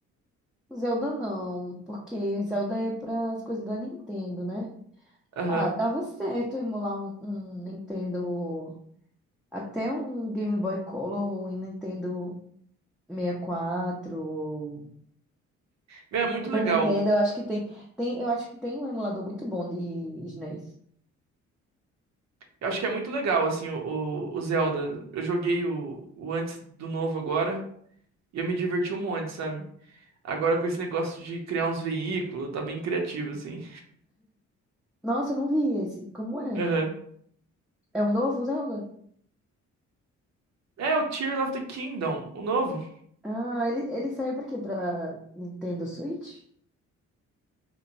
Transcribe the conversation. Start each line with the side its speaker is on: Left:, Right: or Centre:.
Centre: Zelda não, porque Zelda é para as coisas da Nintendo, né?
Right: Aham.
Centre: Ah, tava certo emular um, um Nintendo. Até um Game Boy Color, um Nintendo. 64, ou
Right: Meu, É muito
Centre: Super
Right: legal.
Centre: Nintendo, eu acho que tem, tem, eu acho que tem um emulador muito bom de SNES.
Right: Eu acho que é muito legal, assim, o, o o Zelda. Eu joguei o, o antes do novo agora e eu me diverti um monte, sabe? Agora com esse negócio de criar uns veículos, tá bem criativo, assim.
Centre: Nossa, eu não vi esse. Como é?
Right: Aham.
Centre: É um novo Zelda?
Right: É o Tears of the Kingdom, o novo.
Centre: Ah, ele, ele saiu pra quê? Pra Nintendo Switch?